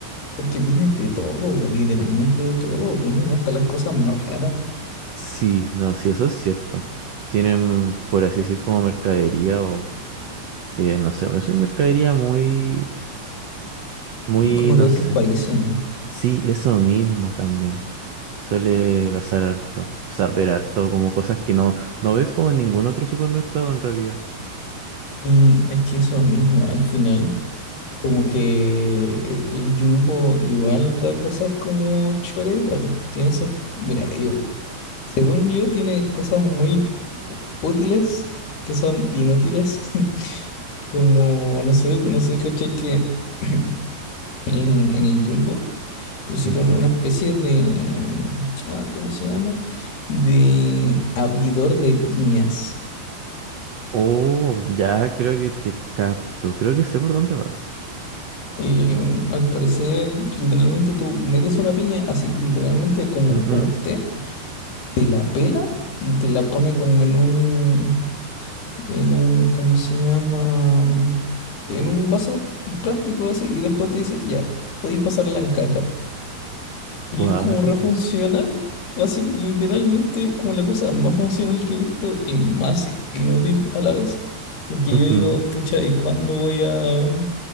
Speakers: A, on the left; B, on the right.
A: Porque tiene de todo, literalmente de todo. Venden hasta las cosas más raras.
B: Sí, no, sí, eso es cierto. Tienen, por así decir, como mercadería o, eh, no sé, eso es mercadería muy, muy,
A: como
B: no
A: de otros
B: sé.
A: países.
B: Sí, eso mismo también. Suele pasar harto. O sea, ver harto como cosas que no, no ves como en ningún otro supermercado en realidad.
A: Y es que eso mismo, al final, como que el, el Jumbo igual da cosas como chora igual. Tiene esos, mira, yo- según yo, tiene cosas muy útiles que son inútiles. <laughs> Como, no sé, no sé, ¿cachai? Que <clears throat> en, en el Jumbo pusieron
B: Ujú.
A: una especie de, ah, ¿cómo se llama? De abridor de piñas.
B: Oh, ya creo que te capto. Creo que sé por dónde vas.
A: Y mm, al parecer, literalmente tú metes una piña así, literalmente como,
B: Ujú.
A: como esté, te la pela y te la pone como en un, en un, ¿cómo se llama? Mm, En un vaso plástico así y después te dice, ya, podéis pasarla en caja. Y
B: Cuático.
A: es como refuncional, así, literalmente es como la cosa más funcional que he visto y más inútil a la vez. Porque
B: Ujú.
A: yo digo, pucha, ¿y cuándo voy a...?